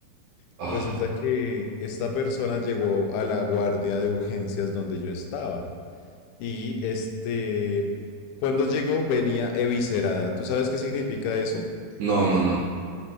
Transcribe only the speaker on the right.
Ah,
no, no, no.